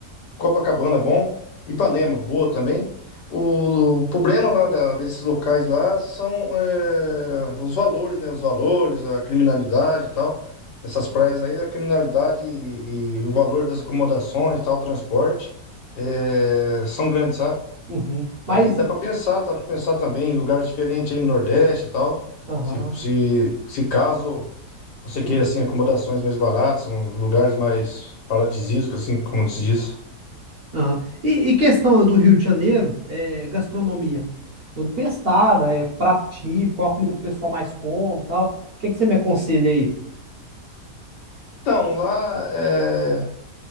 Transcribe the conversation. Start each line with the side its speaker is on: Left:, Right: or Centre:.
Left: Copacabana, bom. Ipanema, boa também. O problema lá da- desses locais lá são é, os valores, né? Os valores, a criminalidade e tal. Essas praias aí, a criminalidade e, e o valor das acomodações e tal, transporte, é, são grandes, sabe?
Right: Uhum. Mas,
Left: Aí dá pra pensar, dá pra pensar também em lugares diferentes aí no Nordeste e tal.
Right: aham,
Left: Se, se, se caso você
Right: uhum,
Left: queira, assim, acomodações mais baratas, uns lugares mais paradisíacos, assim, como se diz.
Right: aham. E, e questão do Rio de Janeiro, é, gastronomia. Eu não conheço nada, é prato típico, qual a comida que o pessoal mais come, e tal. O que que você me aconselha aí?
Left: Então, lá, é,